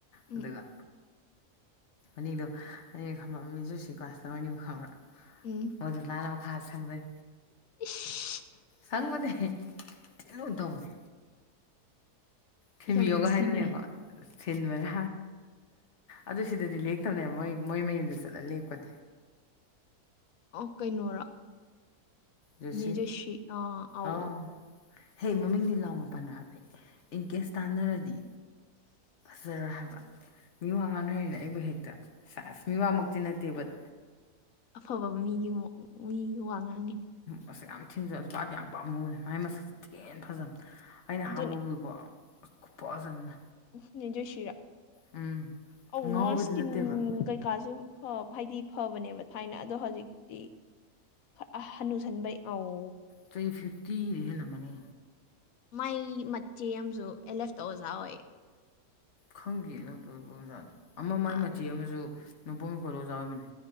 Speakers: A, on the left; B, on the left.
A: ꯎꯝ
B: ꯑꯗꯨꯒ꯫ ꯑꯅꯤꯗꯣ ꯑꯅꯤ ꯈꯪꯕ꯭ꯔ ꯃꯤꯁ ꯖꯣꯏꯁ꯭ꯔꯤ ꯀ꯭ꯂꯥꯁ ꯆꯪꯉꯛꯑꯅꯤꯕ ꯈꯪꯕ꯭ꯔꯥ꯫
A: ꯎꯝ꯫
B: ꯃꯗꯨ ꯂꯥꯅ ꯃꯈꯥꯗ ꯁꯪꯗꯣꯏ꯫
A: ꯏꯁ
B: ꯁꯪꯕꯅꯦ ꯊꯤꯟ ꯂꯨꯟ ꯇꯧꯕꯅꯤ꯫ ꯊꯤꯕꯤꯌꯣꯒ
A: ꯌꯥꯝ ꯅꯨꯡꯁꯤꯅꯩ
B: ꯍꯥꯏꯗꯣꯏꯅꯦꯀꯣ꯫ ꯊꯤꯟꯕꯅꯦ ꯑꯗꯨ ꯁꯤꯗꯗꯤ ꯂꯦꯛꯇꯕꯅꯦ ꯃꯣꯏ ꯃꯣꯏ ꯃꯌꯨꯝꯗ ꯆꯠꯂ ꯂꯦꯛꯄꯟ꯫
A: ꯑꯣ ꯀꯩꯅꯣꯔꯥ
B: ꯖꯣꯁꯤ
A: ꯅꯦ ꯖꯣꯏꯁ꯭ꯔꯤ ꯑ ꯑꯥꯎ
B: ꯑꯧ ꯍꯦ ꯃꯃꯤꯡꯗꯤ ꯂꯥꯎꯅ ꯄꯟꯅꯣ ꯍꯥꯏꯕꯅꯦ ꯏꯟꯀꯦꯁ ꯇꯥꯟꯅꯔꯗꯤ ꯐꯖꯔꯣꯏ ꯍꯥꯏꯕ ꯃꯤꯋꯥ ꯉꯥꯡꯅꯔꯤꯅ ꯑꯩꯕꯨ ꯍꯦꯛꯇ ꯁꯦꯁ ꯃꯤꯋꯥꯃꯛꯇꯤ ꯅꯠꯇꯦ ꯕꯠ
A: ꯑꯐꯕ ꯃꯤꯒꯤ ꯋ ꯃꯤꯒꯤ ꯋꯥ ꯉꯥꯡꯉꯤꯅꯤ
B: ꯃꯁꯛ ꯌꯥꯝ ꯊꯤꯟꯖꯜꯂꯦ ꯄꯥꯝꯗꯤ ꯌꯥꯝ ꯄꯥꯝꯃꯨꯔꯦ ꯃꯥꯏ ꯃꯁꯛꯁꯦ ꯊꯤꯅ ꯐꯖꯕꯅꯦ ꯑꯩꯅ
A: ꯑꯗꯨꯅꯦ
B: ꯑꯍꯟꯕ ꯎꯕ ꯀꯣ ꯑꯁ ꯈꯨꯐꯖ ꯑꯝꯅꯦ
A: ꯎꯝ ꯅꯦ ꯖꯣꯏꯁ꯭ꯔꯤꯔꯥ
B: ꯎꯝ
A: ꯑꯧ
B: ꯉꯥꯎꯕꯗꯤ
A: ꯃꯥ ꯏꯁꯀꯤꯝ
B: ꯅꯠꯇꯦꯕ
A: ꯀꯩꯀꯥꯁꯤ ꯐꯥ ꯍꯥꯏꯗꯤ ꯐꯕꯅꯦꯕ ꯊꯥꯏꯅ ꯑꯗꯣ ꯍꯧꯖꯤꯛ꯫ ꯗꯤ ꯍꯥ ꯍꯥꯟꯅꯨꯁꯟꯕꯩ ꯑꯧ꯫
B: Three fifth ꯇꯤꯗꯤ ꯍꯦꯜꯂꯝꯃꯅꯤ꯫
A: ꯃꯥꯏ ꯃꯆꯦ ꯑꯃꯁꯨ ꯑꯦꯜ ꯑꯦꯐꯇ ꯑꯣꯖꯥ ꯑꯣꯏꯌꯦ꯫
B: ꯈꯪꯗꯦ ꯑꯦꯜ ꯑꯦꯐꯇ ꯑꯣꯏꯕ ꯑꯣꯖꯥꯗꯨ ꯑꯃ ꯃꯥꯏ
A: ꯑꯥ
B: ꯃꯆꯤ ꯑꯃꯁꯨ꫰꫰ ꯅꯣꯡꯄꯣꯛ ꯁꯀ꯭ꯨꯜꯗ ꯑꯣꯖꯥ ꯑꯣꯏꯕꯅꯤ꯫